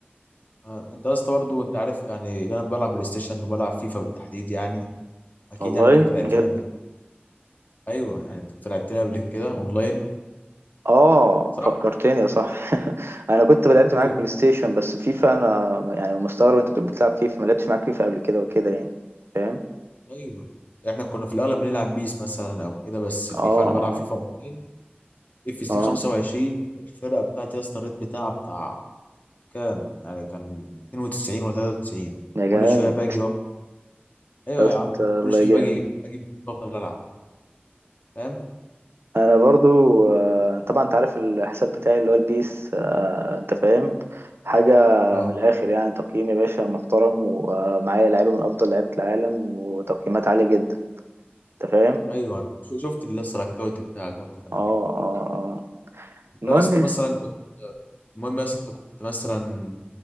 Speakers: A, on the left; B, on the right.
A: آه، انت اصلا برضو انت عارف يعني إن انا بلعب بلاي ستيشن وبلعب فيفا بالتحديد يعني اكيد
B: والله
A: يعني كنت لعبتنا
B: بجد
A: قبل ايوه يعني كنت لعبتنا قبل كده اونلاين
B: اه
A: صح
B: فكرتني يا صاحبي <laughs> انا كنت لعبت
A: ايوه
B: معاك بلاي ستيشن بس فيفا انا يعني مستغرب انت بتقول بتلعب فيفا ما لعبتش معاك فيفا قبل كده وكده يعني فاهم
A: ايوه احنا كنا في الاغلب بنلعب بيس مثلا او كده بس
B: اه
A: فيفا انا بلعب
B: اه
A: فيفا 200 اف سي
B: اه
A: 25 الفرقه بتاعتي يا اسطى الريت بتاعها بتاع كام يعني كان 92 ولا 93
B: يا جمال
A: كل شويه باجي وأب... ايوه
B: يا اسطى
A: يا عم
B: الله
A: كل شويه
B: جامد
A: باجي باجي بفضل العب فاهم
B: انا برضو آه، طبعا انت عارف الحساب بتاعي اللي هو البيس آه، انت فاهم حاجة
A: اه
B: من الاخر يعني تقييم يا باشا محترم ومعايا لعيبة من افضل لعيبة العالم وتقييمات عالية جدا انت فاهم
A: ايوه ش- شفت اللي لسه الاكونت بتاعك برضه كان
B: اه
A: حلو
B: اه اه
A: انت
B: المهم
A: يا اسطى مثلا كنت المهم يا اسطى انت كنت مثلا